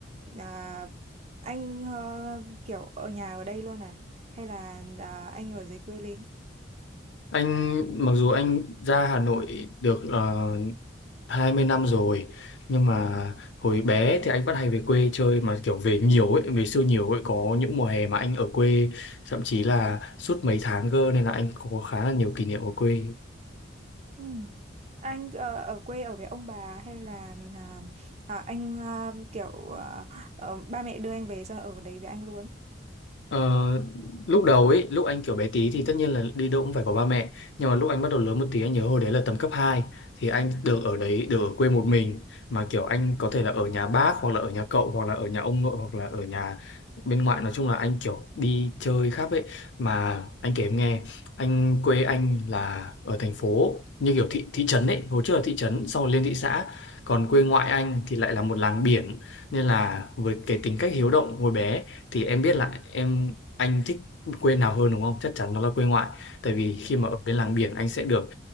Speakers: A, on the right (about 35°); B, on the left (about 70°).
A: À, anh ờ, kiểu ở nhà ở đây luôn à? Hay là à, anh ở dưới quê lên?
B: Anh mặc dù anh ra Hà Nội được uh, 20 năm rồi nhưng mà hồi bé thì anh vẫn hay về quê chơi mà kiểu về nhiều ấy, về siêu nhiều ấy có những mùa hè mà anh ở quê thậm chí là suốt mấy tháng cơ nên là anh có khá là nhiều kỷ niệm ở quê.
A: Ừ. Anh ờ, ở quê ở với ông bà hay là à, à, anh à, kiểu à, ờ, ba mẹ đưa anh về rồi ở đấy với anh luôn?
B: Ờ, lúc đầu ấy, lúc anh kiểu bé tí thì tất nhiên là đi đâu cũng phải có ba mẹ Nhưng mà lúc anh bắt đầu lớn một tí anh nhớ hồi đấy là tầm cấp hai Thì anh được ở đấy, được ở quê một mình Mà kiểu anh có thể là ở nhà bác hoặc là ở nhà cậu hoặc là ở nhà ông nội hoặc là ở nhà bên ngoại Nói chung là anh kiểu đi chơi khắp ấy Mà anh kể em nghe, anh quê anh là ở thành phố như kiểu thị, thị trấn ấy Hồi trước là thị trấn, sau rồi lên thị xã Còn quê ngoại anh thì lại là một làng biển Nên là với cái tính cách hiếu động hồi bé thì em biết là em anh thích quê nào hơn đúng không? Chắc chắn nó là quê ngoại. Tại vì khi mà ở bên làng biển anh sẽ được